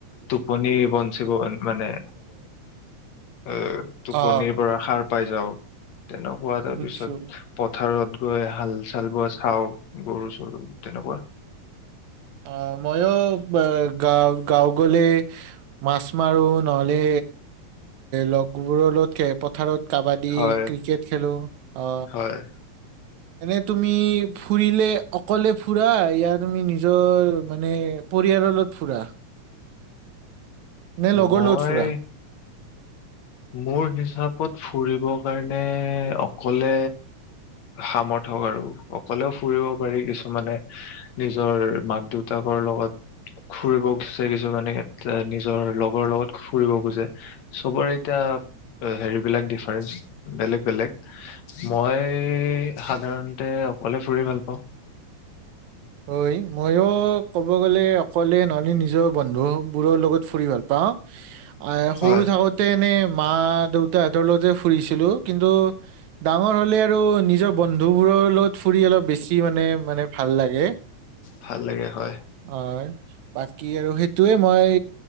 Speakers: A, on the left; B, on the right.
A: টোপনি বঞ্চিবন মানে এ টোপনিৰ
B: অ
A: পৰা সাৰ পাই যাওঁ তেনেকুৱা তাৰ
B: বুজিছো
A: পিছত পথাৰত গৈ হাল চাল বোৱা চাওঁ গৰু চৰু তেনেকুৱা
B: অ মইও অবা গাঁও গাঁও গলে এ মাছ মাৰো নহ'লে লগবোৰৰ লগত খ পথাৰত কাবাডী,
A: হয়
B: ক্ৰিকেট খেলো অ
A: হয়
B: এনে তুমি ফুৰিলে অকলে ফুৰা নে তুমি নিজৰ মানে পৰিয়ালৰ লগত ফুৰা নে লগৰ
A: মই
B: লগত ফুৰা
A: মোৰ হিচাপত ফুৰিব বাৰণে অকলে সামৰ্থক আৰু অকলেও ফুৰিব পাৰি কিছুমানে নিজৰ মাক দেউতাকৰ লগত ফুৰিব খোজে কিছুমানে নিজৰ লগৰ লগত ফুৰিব খোজে চবৰে এতিয়া হেৰিবিলাক ডিফাৰেঞ্চ বেলেগ বেলেগ মই সাধাৰণতে অকলে ফুৰি ভাল পাওঁ
B: ঐ মইয়ো ক'ব গ'লে অকলে নহলে নিজৰ বন্ধু বোৰৰ লগত ফুৰি ভাল পাওঁ আহ সৰু
A: হয়
B: থাকোতে এনে মা দেউতাহঁতৰ লগতে ফুৰিছিলো কিন্তু ডাঙৰ হলে আৰু নিজৰ বন্ধু বোৰৰ লগত ফুৰি অলপ বেছি কি মানে মানে ভাল লাগে
A: ভাল লাগে হয়
B: হয় বাকী আৰু সেই টোয়ে মই